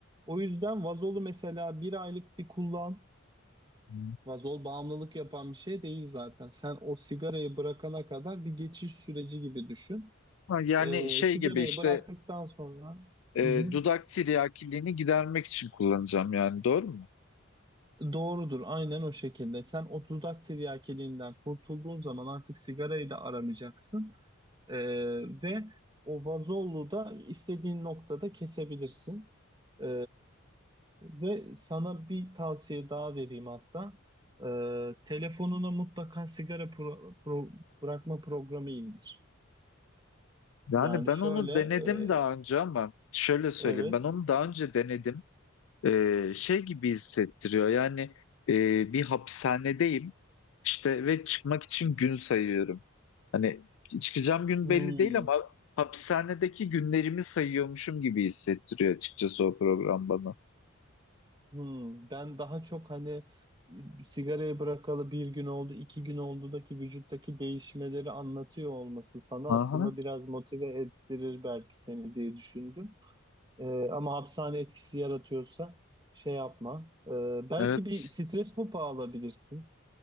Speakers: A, on the right; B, on the left.
A: O yüzden vazolu mesela bir aylık bir kullan.
B: Hı.
A: Vazol bağımlılık yapan bir şey değil zaten. Sen o sigarayı bırakana kadar bir geçiş süreci gibi düşün.
B: Ha, Yani
A: Eee
B: şey
A: sigarayı
B: gibi işte
A: bıraktıktan sonra...
B: e,
A: Hı hı.
B: dudak tiryakiliğini gidermek için kullanacağım yani doğru mu?
A: Doğrudur, aynen o şekilde. Sen o dudak tiryakiliğinden kurtulduğun zaman artık sigarayı da aramayacaksın Ee, ve o vazolu da istediğin noktada kesebilirsin. Ee, ve sana bir tavsiye daha vereyim hatta. Ee, telefonuna mutlaka sigara pro- pro- bırakma programı indir.
B: Yani
A: Yani
B: ben
A: şöyle,
B: onu denedim
A: e,
B: daha önce ama şöyle söyleyeyim
A: evet.
B: ben onu daha önce denedim. E, şey gibi hissettiriyor yani e, bir hapishanedeyim işte ve çıkmak için gün sayıyorum. Hani çıkacağım gün
A: Hmm.
B: belli değil ama hapishanedeki günlerimi sayıyormuşum gibi hissettiriyor açıkçası o program bana.
A: Hmm, ben daha çok hani e, sigarayı bırakalı bir gün oldu, iki gün oldudaki vücuttaki değişmeleri anlatıyor olması sana
B: Aha,
A: aslında biraz motive ettirir belki seni diye düşündüm. Ee, ama hapishane etkisi yaratıyorsa şey yapma. Ee, belki
B: evet.
A: bir stres topu alabilirsin.